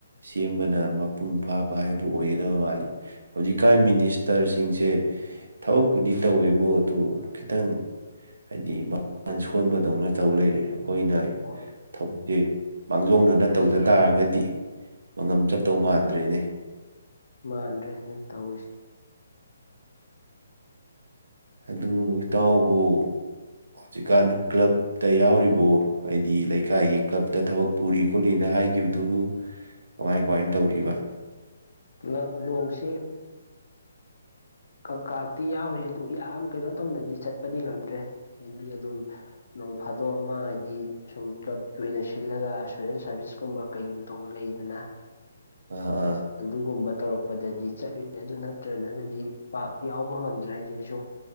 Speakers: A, on the right; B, on the left.
A: ꯁꯦꯝꯕꯅ ꯃꯄꯨꯡ ꯐꯥꯕ ꯍꯥꯏꯗꯨ ꯑꯣꯏꯒꯗꯕ ꯃꯥꯜꯂꯤ ꯍꯧꯖꯤꯛꯀꯥꯟ ꯃꯤꯅꯤꯁꯇꯔꯁꯤꯡꯁꯦ ꯊꯕꯛꯄꯨꯗꯤ ꯇꯧꯋꯦꯕ ꯐꯨꯠꯕꯣ ꯑꯗꯨꯨ ꯈꯤꯇꯪ ꯍꯥꯏꯗꯤ ꯃꯥꯟ ꯁꯣꯟꯕꯗꯧꯅ ꯇꯧ ꯂꯩꯦ ꯑꯩꯈꯣꯏꯅ
B: ꯍꯣꯏ
A: ꯊꯧꯛꯁꯤꯦ ꯃꯥꯡꯖꯧꯅꯅ ꯇꯧꯗ ꯇꯥꯔꯒꯗꯤ ꯃꯪꯉꯝ ꯆꯠꯇꯧ ꯃꯥꯟꯗ꯭ꯔꯦꯅꯦ
B: ꯃꯥꯟꯗ꯭ꯔꯦ ꯑꯗꯨꯅ ꯇꯧꯔꯤꯁꯦ
A: ꯑꯗꯨ ꯏꯇꯥꯎꯕꯨ ꯍꯧꯖꯤꯛꯀꯥꯟ ꯀ꯭ꯂꯕ ꯇ ꯌꯥꯎꯔꯤꯕꯣ ꯍꯥꯏꯗꯤ ꯂꯩꯀꯥꯏꯒꯤ ꯀ꯭ꯂꯞꯇ ꯊꯕꯛ ꯄꯨꯔꯤ ꯈꯣꯠꯂꯤꯅ ꯍꯥꯏꯈꯤꯕꯗꯨꯕꯨ ꯀꯃꯥꯏ ꯀꯃꯥꯏꯅ ꯇꯧꯔꯤꯕ
B: ꯄꯨꯂꯞ ꯅꯣꯡꯁꯤ ꯀ ꯀꯇꯤ ꯌꯥꯎꯔꯤ ꯑꯗꯨ ꯌꯥꯝ ꯀꯩꯅꯣ ꯇꯧꯅꯗꯤ ꯆꯠꯄꯗꯤ ꯉꯝꯗ꯭ꯔꯦ ꯍꯥꯏꯗꯤ ꯑꯗꯨꯝ ꯅꯣꯡ ꯐꯥꯗꯣꯛ ꯑꯃ ꯍꯥꯏꯗꯤ ꯁꯨꯝ ꯀ꯭ꯂꯕꯀꯤ ꯑꯣꯏꯅ ꯁꯤꯜꯂꯒ ꯁꯣꯁꯦꯜ ꯁꯥꯔꯚꯤꯁꯀꯨꯝꯕ ꯀꯩꯒꯨꯝꯕ ꯇꯧꯕ ꯂꯩꯗꯅ
A: ꯎ
B: ꯑꯗꯨꯒꯨꯝꯕ ꯇꯧꯔꯛꯄꯗꯗꯤ ꯆꯠꯂꯨꯏ ꯑꯗꯨ ꯅꯠꯇ꯭ꯔꯗꯅꯗꯤ ꯄꯥꯛ ꯌꯥꯎꯕ ꯉꯝꯗ꯭ꯔꯦ ꯍꯥꯏꯗꯤ ꯑꯩꯁꯨꯛ